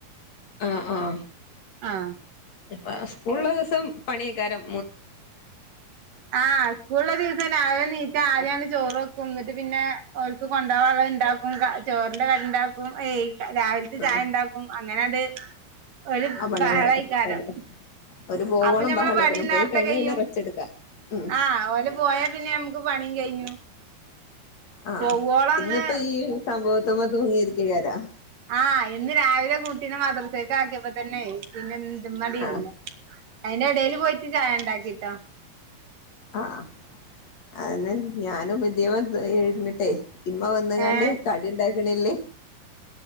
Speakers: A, on the left; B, on the right.
A: ആഹ ആഹ
B: ആഹ്
A: ഇപ്പോ സ്കൂളുള്ള ദിവസം പണിയാക്കാരം.
B: ആഹ സ്കൂളള്ള ദിവസം രാവിലെ നീറ്റാ ആദ്യാഅങ്ങട് ചോർ വെക്കും. ന്നിട്ട്പിന്നെ, ഓർക്ക് കൊണ്ടുപോകാനുള്ളത് ഉണ്ടാക്കും, ചോറിന്റെ കറി ഉണ്ടാക്കും. ഏയ്‌ രാവിലത്തെ ചായ
A: ആഹ്
B: ഉണ്ടാക്കും, അങ്ങനെയണ്ട് ഒരു
A: ആ പണികള്
B: ബഹളമായികാരം.
A: തന്നെ ഒരു പോവോളം
B: അപ്പൊ നമ്മളെ
A: ബഹളേക്കാരം
B: പണി നേരത്തെ
A: പോയി കഴിഞ്ഞാ
B: കെയ്യും,
A: പിന്നെ റെസ്റ്റ് എടുക്കാ ഉം
B: ആ ഓൽ പോയാ പിന്നെ നമുക്ക് പണീം കഴിഞ്ഞു.
A: ആഹ്
B: പോവോളൊന്ന്
A: ഇന്നിപ്പോ ഈ സംഭവത്തമ്മേ തൂങ്ങിയിരിക്കേകാരം.
B: ആഹ ഇന്ന് രാവിലെ കൂട്ടീനെ മദ്രസ്ക്ക് ആക്കിയപ്പോ തന്നെ പിന്നെ ഇതിമ്മേ അങ്ങട് ഇരുന്നു.
A: ആഹ്
B: അയിന് എടേൽ പോയിട്ട് ചായ ഉണ്ടാക്കിട്ടോ.
A: ആഹ,. അതന്നെ. ഞാനും ഇതിമെ ഇരുന്നിട്ടെ ഇമ്മ വന്ന്‌ കാണ്ട്
B: ഏഹ്
A: കടി ഇണ്ടാക്ക്ണില്ലേ